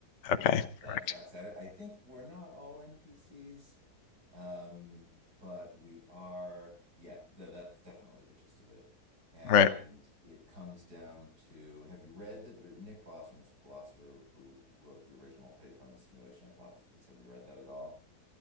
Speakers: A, on the right (about 90°); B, on the left (about 50°).
A: Yeah,
B: okay
A: that
B: correct
A: tracks. I, I think we're not all NPCs, um, but we are. Yeah, th that's definitely the gist of it. And
B: right
A: it comes down to, have you read that Nick Bostrom is a philosopher who wrote the original paper on the simulation hypothesis. Have you read that at all?